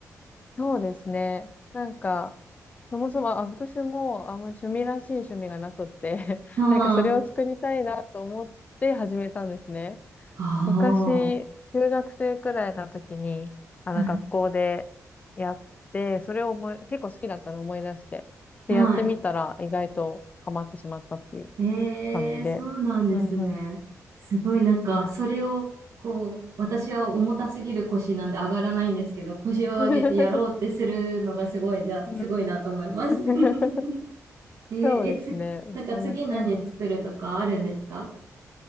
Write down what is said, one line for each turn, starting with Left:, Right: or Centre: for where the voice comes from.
Left: そうですね。なんか、そもそも、あ、私もあんまり趣味らしい趣味がなくって
Right: あー
Left: <laughs> なんかそれを作りたいなと思って始めたんですね。
Right: あ
Left: 昔、中学生くらいの時に、あの、
Right: ー、はい、
Left: 学校でやって、それを思い、結構好きだったのを思い出して、
Right: はい。
Left: で、やってみたら意外とハマってしまったっていう
Right: ええ、
Left: 感じで。
Right: そうなんですね。
Left: うんうん。
Right: すごいなんか、
Left: うんうん。
Right: それを、こう、私は重たすぎる腰なんで上がらないんですけど、腰を上げてやろうってするのがすごいじゃすごいなと思います。
Left: <laughs> うん。<laughs>
Right: <laughs> えー、
Left: そうですね。
Right: え、つ、
Left: なかなか、
Right: なんか次何作るとかあるんですか
Left: うんうん。